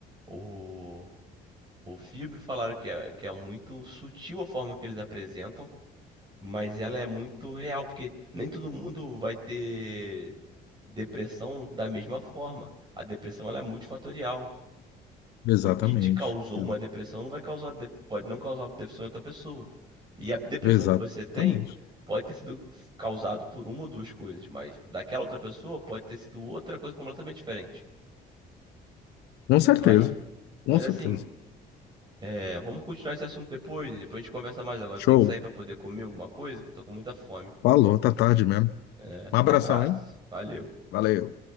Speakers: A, on the right; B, on the left.
A: o, o, o filme falaram que é, que é muito sutil a forma que eles apresentam, mas ela é muito real, porque nem todo mundo vai ter depressão da mesma forma. A depressão ela é multifatorial.
B: exatamente.
A: O que te causou
B: É,
A: uma depressão não vai causar, de- pode não causar uma depressão em outra pessoa. E a depressão
B: exatamente.
A: que você tem pode ter sido causado por uma ou duas coisas, mas daquela outra pessoa pode ter sido outra coisa completamente diferente.
B: Com certeza,
A: Mas,
B: com
A: mas assim,
B: certeza.
A: é, vamos continuar esse assunto depois, né? Depois a gente conversa mais agora.
B: Show.
A: Tem que sair para poder comer alguma coisa, que eu tô com muita fome.
B: Falou, tá tarde mesmo.
A: É,
B: Um abração,
A: abraço.
B: hein?
A: Valeu.
B: Valeu.